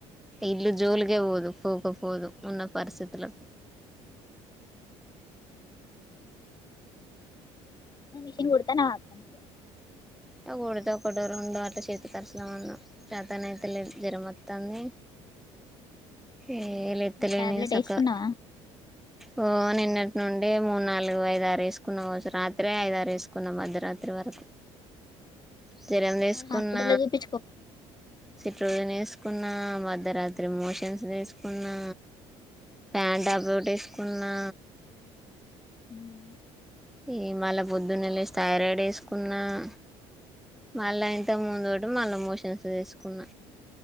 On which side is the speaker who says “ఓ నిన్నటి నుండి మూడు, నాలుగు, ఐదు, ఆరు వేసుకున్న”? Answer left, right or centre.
Centre